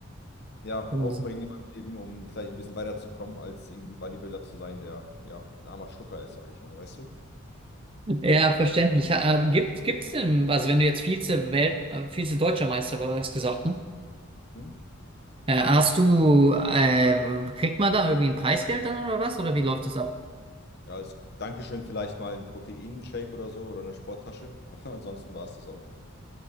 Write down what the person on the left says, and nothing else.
ja,
aufbringen in meinem Leben, um vielleicht ein bisschen weiterzukommen, als irgendein Bodybuilder zu sein, der, ja, ein armer Schlucker ist, sage ich mal, weißt du?
Hm?
Ja, als Dankeschön vielleicht mal ein Proteinshake oder so oder eine Sporttasche. <laughs> Ansonsten war es das auch.